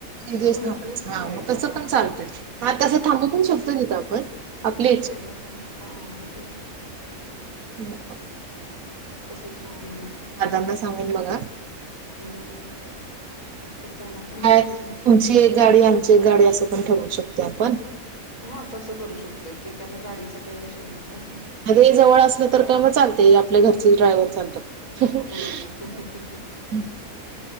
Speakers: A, on the right; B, on the left.
A: एक दिवस
B: तर मग
A: थांबायचं
B: तोच थांबायचा
A: हा मग तसं
B: हा
A: पण
B: असं
A: चालत ह तसं थांबू पण शकतो नाही तर आपण. आपली
B: शकतोय ना हा हाा मग तेच.
A: हम्.
B: तसं छान आहे.
A: दादांना सांगून बघा.
B: बर. त्यांना पण. बोलते
A: काय तुमची
B: मी
A: एक गाडी आमची एक गाडी असं पण ठरवू शकते आपण.
B: हा तसं करू शकतोय ती काय मग गाडीचा काय विषय नाही मग.
A: म जवळ असलं तर काय मग चालते आपल्या घरचे डायव्हर चालतात. ह.
B: होय होय